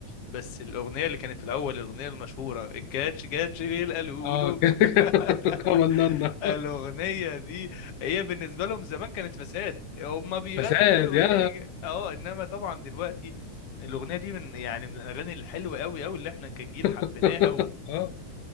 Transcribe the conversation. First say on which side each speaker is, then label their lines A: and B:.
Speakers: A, on the left; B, on the left.
A: بس الاغنيه اللي كانت في الاول الاغنيه المشهوره الكاتش كاتش بيل قالوا
B: اه
A: له
B: <laughs> كان
A: <laughs>
B: كمننا
A: الاغنيه دي هي بالنسبه لهم زمان كانت فساد هما بيغنوا
B: فساد
A: يقولوا
B: يا
A: ايه اه انما طبعا دلوقتي الاغنيه دي من يعني من الاغاني الحلوه قوي قوي اللي احنا كجيل حبيناها
B: <laughs> اه